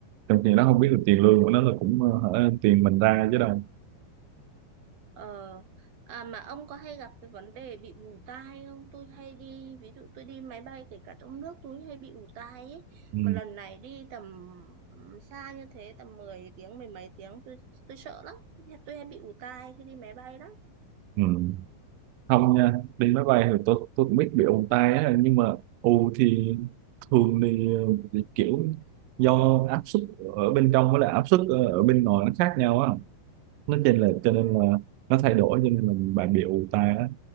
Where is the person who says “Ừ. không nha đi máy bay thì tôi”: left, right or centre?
Right